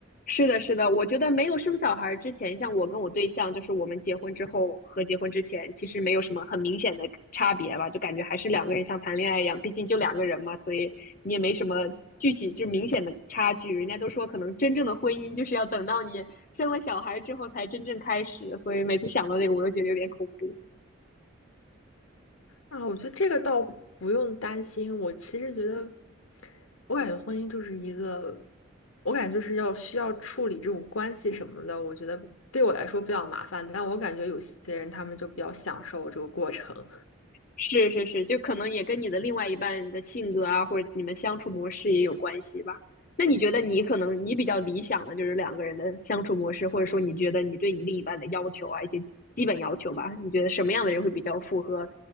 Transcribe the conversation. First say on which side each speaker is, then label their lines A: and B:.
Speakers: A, on the left; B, on the left.
A: 是的，是的，我觉得没有生小孩之前，像我跟我对象，就是我们结婚之后和结婚之前，其实没有什么很明显的差别吧，就感觉还是两个人像谈恋爱一样，毕竟就两个人嘛，所以你也没什么具体就明显的差距。人家都说，可能真正的婚姻就是要等到你生了小孩之后才真正开始，所以每次想到这个，我就觉得有点恐怖。
B: 啊，我觉得这个倒不用担心。我其实觉得，我感觉婚姻就是一个，我感觉就是要需要处理这种关系什么的。我觉得对我来说比较麻烦，但我感觉有些人他们就比较享受这个过程。
A: 是是是，就可能也跟你的另外一半的性格啊，或者你们相处模式也有关系吧。那你觉得你可能你比较理想的就是两个人的相处模式，或者说你觉得你对你另一半的要求啊，一些基本要求吧，你觉得什么样的人会比较符合，